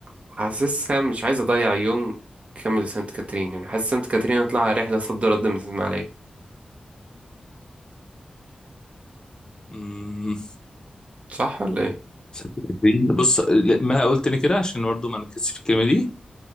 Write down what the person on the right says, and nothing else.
حاسسها مش عايز اضيع يوم كامل سانت كاترين يعني حاسس سانت كاترين هطلعها رحله صد رد من الاسماعيليه
صح ولا ايه